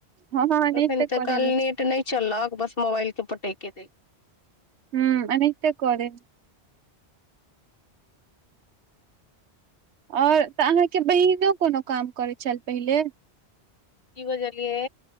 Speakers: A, on the right; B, on the left.
A: हँ हँ एनैथे
B: एखन तऽ
A: करब
B: काल नेट नहि चलह बस मोबाइल के पटेयके दय
A: हुँ ऐनाहिंते करै हय आओर तऽ अहाँके बहिनो कोनो काम करैत छल पहिले
B: की बजलियै